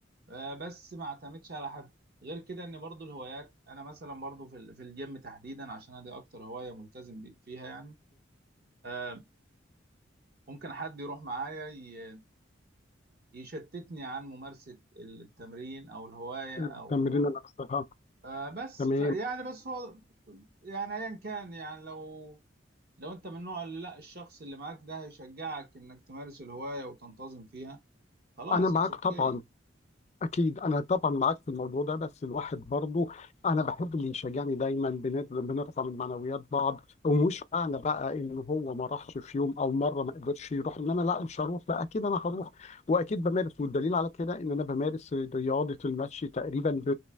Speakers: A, on the right (about 50°); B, on the left (about 35°).
A: آه، بس ما اعتمدش على حد غير كده ان برضو الهوايات انا مثلا برضو في ال- في الجيم تحديدا عشان أنا دي اكتر هوايه ملتزم بي- فيها يعني آه، ممكن حد يروح معايا ي- يشتتني عن ممارسه التمرين او الهوايه
B: التمرين
A: او
B: الأقصى آه،
A: آه، بس
B: تمام
A: ف يعني بس هو يعني ايا كان يعني لو لو انت من نوع اللي لا الشخص اللي معاك ده هيشجعك انك تمارس الهوايه وتنتظم فيها خلاص
B: أنا معاك
A: اتس اوكي
B: طبعا أكيد أنا طبعا معاك في الموضوع ده بس الواحد برضه أنا بحب اللي يشجعني دايما بنت- بنرفع من معنويات بعض ومش معنى بقى إن هو ما راحش في يوم أو مرة ما قدرش يروح إن أنا لا مش هروح لا أكيد أنا هروح وأكيد بمارس والدليل على كده إن أنا بمارس رياضة المشي تقريبا ب...